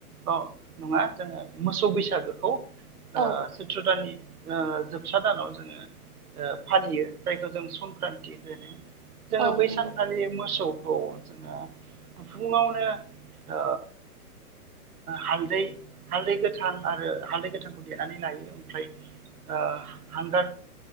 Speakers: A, on the right; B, on the right.
A: अ नङा जोङो मोसौ बैसागोखौ
B: औ
A: ओ सैत्र दाननि ओ जोबसा दानाव जोङो ओ फालियो जायखौ जों संक्रान्ति होनो जोङो
B: औ
A: बैसानखालि
B: नंगौ
A: मोसौखौ जोङो फुङावनो ओ हालदै हालदै गोथां आरो हालदै गोथांखौ देनानै लायो ओमफ्राय आ हांगार